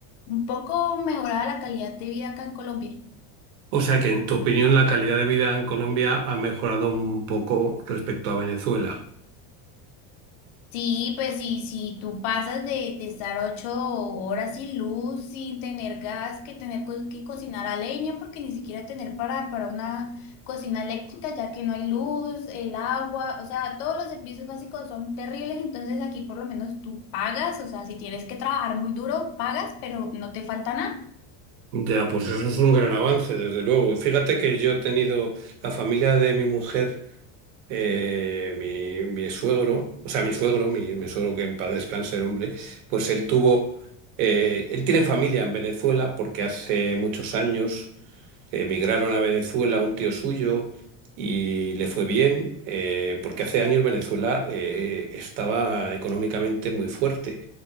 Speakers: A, on the left; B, on the right.
A: un poco mejorada la calidad de vida acá en Colombia.
B: O sea que en tu opinión la calidad de vida en Colombia ha mejorado un poco respecto a Venezuela.
A: Sí, pues sí, si tú pasas de, de estar ocho horas sin luz, sin tener gas, que tener co- que cocinar a leña, porque ni siquiera tener para, para una cocina eléctrica, ya que no hay luz, el agua, o sea, todos los servicios básicos son terribles, entonces aquí por lo menos tú pagas, o sea, si tienes que trabajar muy duro, pagas, pero no te falta nada.
B: Ya, pues eso es un gran avance, desde luego. Fíjate que yo he tenido la familia de mi mujer, eh, mi, mi suegro, o sea, mi suegro, mi, mi suegro que en paz descanse el hombre, pues él tuvo, eh, él tiene familia en Venezuela porque hace muchos años Emigraron a Venezuela un tío suyo y le fue bien, eh, porque hace años Venezuela eh, estaba económicamente muy fuerte